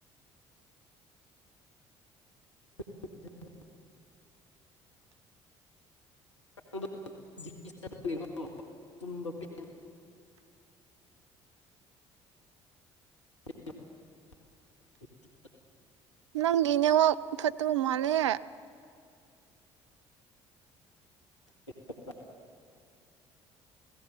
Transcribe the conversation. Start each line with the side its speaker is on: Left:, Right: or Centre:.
Left: <inaudible> <inaudible> <inaudible> ꯇꯨꯝꯕ ꯄꯦꯟ <inaudible>
Right: ꯅꯪꯒꯤ ꯅꯦꯠꯋꯥꯛ ꯐꯠꯇꯕ ꯃꯥꯂꯦ
Left: <unintelligible>